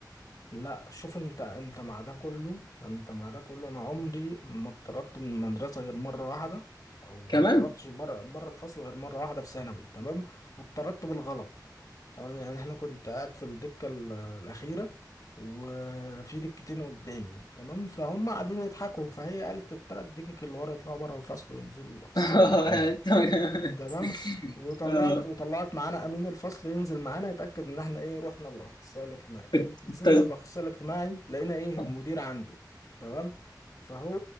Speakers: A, on the left; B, on the left.
A: لا شوف انت انت مع ده كله انت مع ده كله انا عمري ما اتطردت من المدرسه غير مره واحده او
B: كمان
A: ما اتطردتش بره بره الفصل غير مره واحده في ثانوي تمام واتطردت بالغلط تمام يعني احنا كنت قاعد في الدكه ال- الاخيره وفي دكتين قدامي تمام فهم قاعدين يضحكوا فهي قالت التلات دكك اللي ورا يطلعوا بره الفصل وينزلوا الاخصائي
B: <laughs>
A: الاجتماعي تمام وطلعت
B: ف-
A: وطلعت معانا امين الفصل ينزل معانا يتاكد ان احنا ايه رحنا الاخصائي الاجتماعي
B: الت-
A: نزلنا الاخصائي الاجتماعي لقينا ايه
B: اه
A: المدير عنده تمام فهو